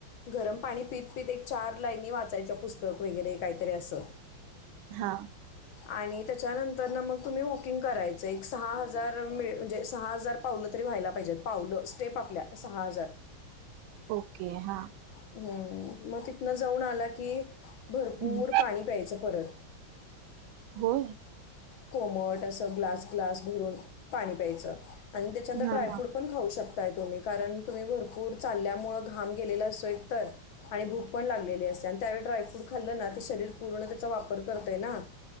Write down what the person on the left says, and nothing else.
गरम पाणी पीत पीत एक चार लाईनी वाचायच्या पुस्तक वगैरे काहीतरी असं.
आणि त्याच्यानंतर ना मग तुम्ही वॉकिंग करायच. एक सहा हजार मि म्हणजे सहा हजार पावलं तरी व्हायला पाहिजे. पावलं स्टेप आपल्या सहा हजार
हम्म, मग तिथनं जाऊन आला की भरपूर
पाणी प्यायचं परत
कोमट असं ग्लास ग्लास भरून पाणी प्यायचं. आणि त्याच्यानंतर
ड्रायफ्रूट
पण खाऊ शकताय तुम्ही कारण तुम्ही भरपूर चालल्यामुळे घाम गेलेला असोय तर आणि भूक पण लागलेली असते. आणि त्यावेळी ड्रायफ्रूट खाल्लं ना, ते शरीर पूर्ण त्याचा वापर करतंय ना,